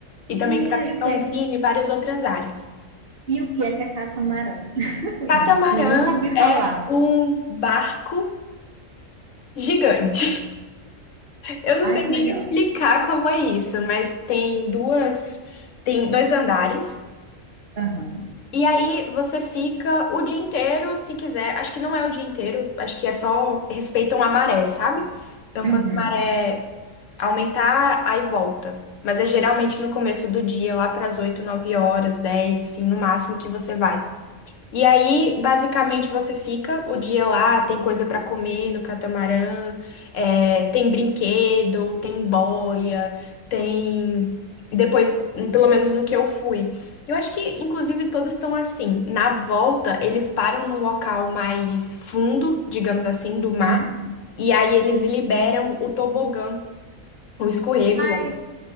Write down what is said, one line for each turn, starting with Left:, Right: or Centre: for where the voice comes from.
Left: E também
Right: Menina,
Left: para Pintãozinho
Right: e o que é,
Left: e várias outras áreas.
Right: e o que é que é catamarã? <laughs>
Left: Catamarã
Right: Nunca ouvi falar.
Left: é um barco gigante. Eu não
Right: Ai,
Left: sei
Right: que
Left: nem
Right: legal.
Left: explicar como é isso, mas tem duas, tem dois andares.
Right: Aham.
Left: E aí você fica o dia inteiro, se quiser. Acho que não é o dia inteiro, acho que é só respeitam a maré, sabe? Então
Right: Uhum.
Left: quando a maré aumentar, aí volta. Mas é geralmente no começo do dia, lá para as 8, 9 horas, 10, assim, no máximo que você vai. E aí, basicamente, você fica o dia lá, tem coisa pra comer no catamarã, é, tem brinquedo, tem boia, tem. Depois, pelo menos no que eu fui. Eu acho que, inclusive, todos estão assim. Na volta, eles param num local mais fundo, digamos assim, do mar,
Right: Hum.
Left: e aí eles liberam o tobogã, o escorrego
Right: Ai,
Left: lá.